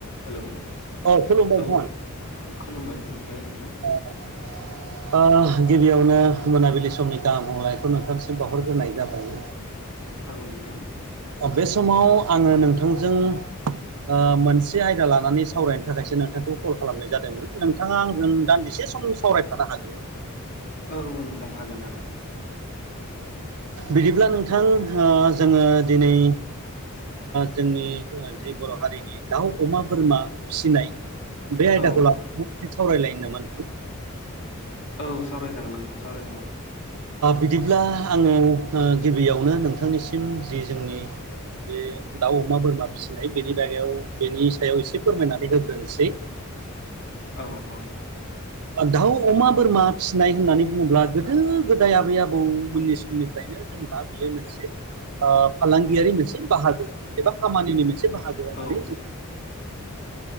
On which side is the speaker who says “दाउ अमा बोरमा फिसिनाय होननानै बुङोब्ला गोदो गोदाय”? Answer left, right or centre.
Right